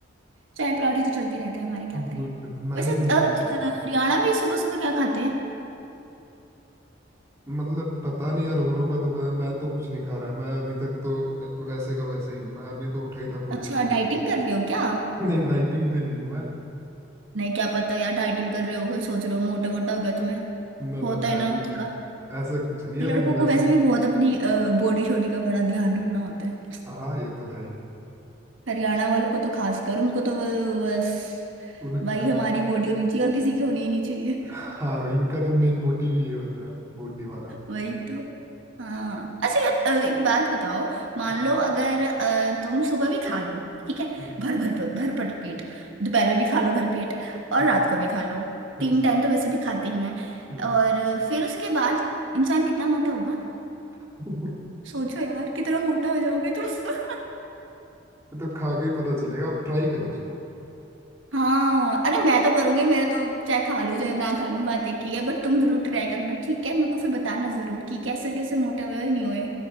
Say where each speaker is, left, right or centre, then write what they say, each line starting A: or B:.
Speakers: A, on the right; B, on the right.
A: चाय पराठी तो चलते रहते हैं हमारे क्या करें
B: दूध मैंने
A: वैसे अ,
B: नहीं किया
A: ज-
B: अभी
A: अ, हरियाणा में सुबह सुबह क्या खाते हैं
B: मतलब पता नहीं यार होरो का तो पता है मैं तो कुछ नहीं खा रहा मैं अभी तक तो वैसे का वैसे ही हूँ मैं अभी तो उठा ही था थोड़ी
A: अच्छा
B: देर पहले
A: डाइटिंग कर रहे हो क्या आप
B: <laughs> नहीं डाइटिंग पे नहीं हूँ मैं
A: नहीं क्या पता यार डाइटिंग कर रहे हो कोई सोच रहे हो मोटे वोटा हो गया तुम्हें
B: ना ना
A: होता
B: ना
A: है ना
B: ऐसा
A: थोड़ा
B: ऐसा कुछ नहीं है
A: लड़कों
B: बस
A: को
B: वैसे
A: वैसे भी
B: ही
A: बहुत अपनी बॉडी शॉडी का बड़ा ध्यान रखना होता है
B: हाँ ये तो है ही
A: हरियाणा वालों को तो खासकर उनको तो वो- बस
B: उनका
A: भाई हमारी बॉडी होनी चाहिए और किसी की होनी ही नहीं चाहिए
B: हाँ इनका तो मेन मोटिव ये होता है बॉडी वाला
A: वही तो हाँ अच्छा यार अ, एक बात बताओ मान
B: हम्म,
A: लो अगर अ, तुम सुबह भी खा लो ठीक है
B: हम्म,
A: भर भर भर भर पेट दोपहर में भी खा लो भर पेट और
B: हम्म,
A: रात को भी खा लो
B: हम्म,
A: तीन टाइम तो वैसे भी खाते ही हैं
B: हम्म।
A: और अ, फिर उसके बाद इंसान कितना मोटा होगा
B: <laughs>
A: सोचो यार कितना मोटा हो जाओगे तुम <laughs>
B: ये तो खा के ही पता चलेगा आप ट्राई करो इसको
A: हाँ अरे मैं तो करूंगी मेरा तो चाहे खा लूं चाहे ना खा लूं बात एक ही है बट तुम जरूर ट्राई करना ठीक है मेरे को फिर बताना जरूर कि कैसे कैसे मोटे हुए हो या नहीं हुए